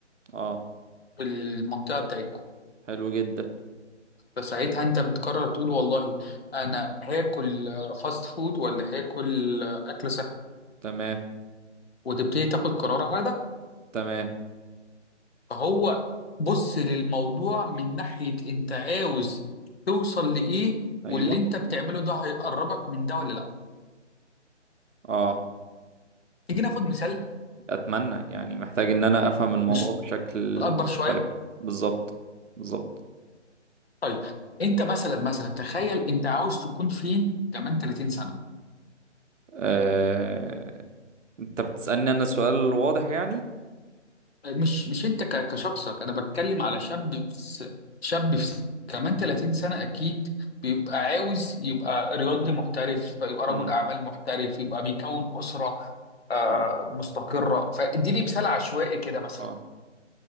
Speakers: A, on the right; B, on the left.
A: اه
B: في المنطقه بتاعتكم
A: حلو جدا
B: فساعتها انت بتقرر تقول والله انا هاكل آه، فاست فود ولا هاكل آه، اكل صحي
A: تمام
B: وتبتدي تاخد قرار على ده
A: تمام
B: فهو بص للموضوع من ناحية انت عاوز توصل لإيه
A: ايوه
B: واللي انت بتعمله ده هيقربك من ده ولا لا
A: اه
B: تيجي ناخد مثال
A: اتمنى يعني محتاج ان انا افهم الموضوع
B: مش
A: بشكل
B: الأكبر شوية
A: مختلف بالظبط بالظبط
B: طيب انت مثلا مثلا تخيل انت عاوز تكون فين كمان 30 سنة
A: آه... انت بتسألني انا سؤال واضح يعني
B: مش مش انت ك- كشخصك انا بتكلم على شاب في س- شاب في س- كمان 30 سنة اكيد بيبقى عاوز يبقى رياضي محترف يبقى رجل
A: امم
B: اعمال محترف يبقى بيكون اسرة آه،
A: اه
B: مستقرة فاديني مثال عشوائي كده مثلا
A: اه